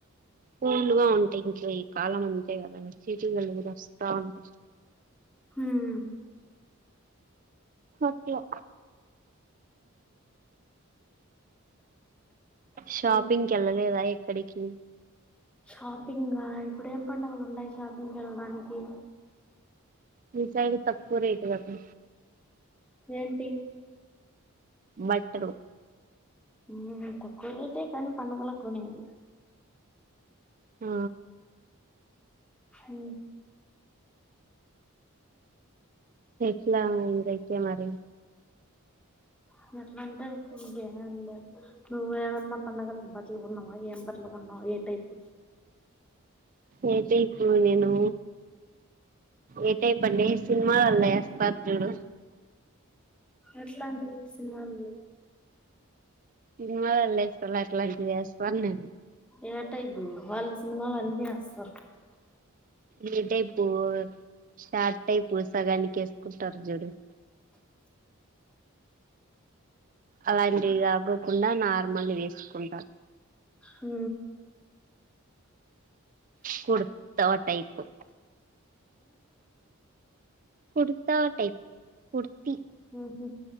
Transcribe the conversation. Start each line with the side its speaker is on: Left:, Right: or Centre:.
Right: కూలు గా ఉంటాయి ఇంకా ఈ కాలం అంతే కదా చీటికలు కూడా వస్తా ఉంటాయి
Centre: హుమ్
Right: ఓకే య షాపింగ్కి
Centre: ఓకే
Right: ఎళ్ళలేదా ఎక్కడికి
Centre: షాపింగా ఇప్పుడు ఏం పండగలు ఉన్నాయ్ షాపింగ్కి వెళ్ళడానికి
Right: మీ సైడు తక్కువ రేటు కదా
Centre: ఏంటి
Right: బట్టలు
Centre: ఊ తక్కువ రేటే కానీ పండుగలకు కొనేది
Right: ఆ
Centre: ఊ
Right: తెచ్చినామే ఇంకెట్ట మరి
Centre: నువ్వు అట్ల అంటే ఇంకేమేమ్ లేదు నువ్వేమన్న పండగలకి బట్ చీరలు కొన్నవా ఏం బట్టలు కొన్నావు ఏ టైపు
Right: ఏ టైపు నేనూ ఏటైపు అంటే సినిమాలల్లో ఏస్తారు చుడూ
Centre: ఎట్లాంటివి సినిమాలు
Right: సినిమాలల్లో ఏస్తారు అట్లాంటివి ఏస్కోను నేను
Centre: ఏ టైపు వాళ్ళు సినిమాలో అన్నీ ఏస్తారు
Right: ఏ టైపూ షార్ట్ టైపు సగానిక్ ఎస్త్ కుంటారు చూడు అలాంటివి గాకోకుండా నార్మల్వి ఏస్కుంటా
Centre: ఊ
Right: కుర్తా టైపు కుర్తా టైప్ కుర్తి
Centre: ఊహు